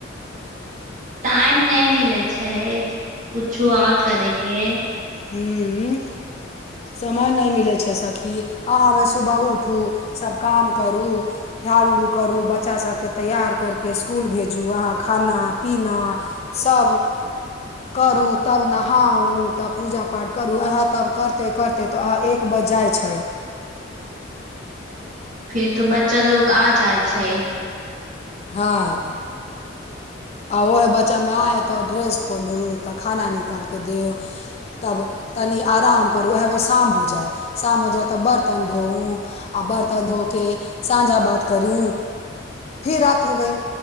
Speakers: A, on the right (about 45°); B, on the left (about 35°).
A: टाइम नहि मिलै छै कुछो और करे के
B: हूं समय नहि मिलै छै सखी अहाँमे सुबह उठ उठू सभ काम करू झाड़ू उड़ू करू बच्चासभकेँ तैयार करि कऽ स्कुल भेजू अहाँ खाना पीना सब करू तब नहाउ तब पूजा पाठ करू अहे तब करते करते तऽ अह एक बज जाइ छै
A: फीर तो बच्चा लोग आ जाइ छै
B: हँ आ ओहे बच्चामे आये तऽ ओ ड्रेस खोलू तऽ खाना निकालि कऽ देयौ तब तनि आराम करू उएह मे शाम हो जाय शाम हो जाइ तऽ बरतन धोउ आ बरतन धोके साँझा बाती करू फिर रात हो गई